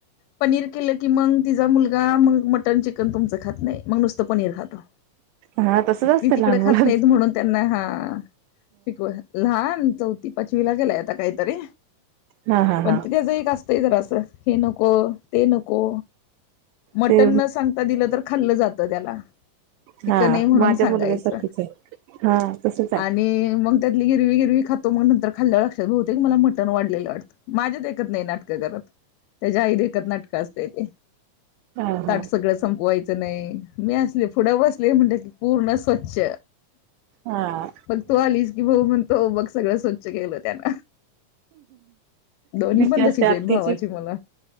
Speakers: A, on the left; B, on the right.
A: पनीर केलं कि मंग तिचा मुलगा मग मटन चिकन चन तुमचं खात नाही मग नुसतं पनीर खातो
B: हा तसच असतं
A: ती तिकडे
B: लहान मुलांच
A: खात नाहीत म्हणून त्यांना हा शिकवा लहान चौथी पाचवीला गेलाय आता काहीतरी
B: हा हा
A: पण
B: हा
A: ते त्याच एक असतंय जरास हे नको ते नको, मटण
B: ते
A: न सांगता दिलं तर खाल्लं जात त्याला चिकन
B: हा
A: आहे म्हणून
B: माझ्या
A: सांगायचं
B: मुलग्यासारखंच आहे हा तसच आहे
A: आणि मग त्यातली हिरवी हिरवी खात तो मग नंतर खाल्यावर लक्षात येते मला मटन वाढलेलं वाटतं माझ्यात देखत नाही नाटकं करत त्याच्या आई देखत नाटकं असतय ते
B: हा
A: ताट
B: हा
A: सगळं संपवायचं नाही मी असले पुुडं बसले म्हणटल की पूर्ण स्वच्छ
B: हा
A: मग तू आलीस की भाऊ म्हणतो बघ सगळं स्वच्छ केेलं त्यान दोन्ही
B: भीती
A: पण
B: असते
A: तशीच
B: आत्तीची
A: येईल भावाची मूल